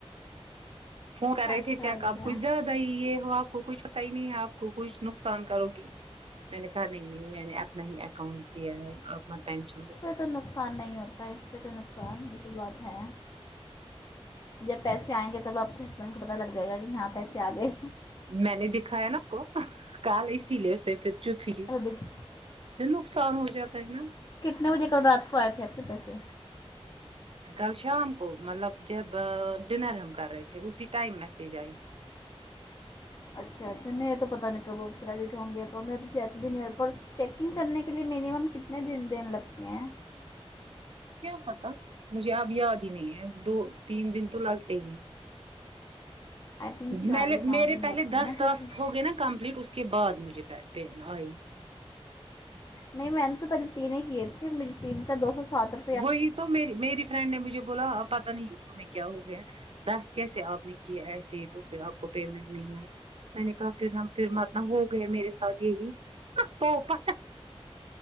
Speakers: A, on the right; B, on the left.
A: فون کر رہے
B: اچھا
A: تھے چیک
B: اچھا
A: آپ کچھ زیادہ یہ ہو آپ کو کچھ پتا ہی نہیں ہے آپ کو کچھ نقصان کرو گی میں نے کہا نہیں نہیں میں نے اپنا ہی اکاؤنٹ دیا ہے اپ مت ٹینشن لو
B: ہ تو نقصان نہیں ہوتا ہے اس پہ تو نقصان یہ تو بات ہے جب پیسے آئیں گے تب آپ کے ہسبینڈ کو پتہ لگ جائے گا کہ ہاں پیسے آ گئے
A: میں نے دکھایا نا اس کو کال اسی لے اس نے پھر چپی
B: اچھا دکھ
A: پھر نقصان ہو جاتا ہے نا
B: نو بجے کل رات کو آئے تھے آپ کے پیسے
A: کل شام کو مطلب جب ڈنر ہم کر رہے تھے اسی ٹائم میسج آئی
B: اچ اچھا اچھا میں یہ تو پتا نہیں کب کریڈٹ ہوں گےکب یہ تو چیک بھی نہیں ہو ہے پر چیکنگ کرنے کے لیے میننیمم کتنے دن دن لگتے ہیں
A: کیا پتا مجھے اب یاد ہی نہیں ہے دو تین دن تو لگتے ہی ہیں
B: آئی تھنک
A: م
B: چار یا پانچ
A: میرے
B: دن
A: پہلے
B: لگتے
A: دس
B: ہیں نا
A: ٹاسک
B: کیونکہ
A: ہو گئے نا کمپلیٹ اس کے بعد مجھے <unintelligible> آئی
B: نہیں میں نے تو پہلے تین ہی کیے تھے مجھے تین کا دو سو سات رو
A: وہی تو مری میری فرینڈ نے مجھے بولا پت نہیں تمہں کیا ہو گیا دس کیسے آپ نے کی ایسے ہی تو پھر آپ کو پیمنٹ نہیں آئی میں نے کہا پھر ہم پھر ماتنا ہو گئے میرے ساتھ یہی <unintelligible>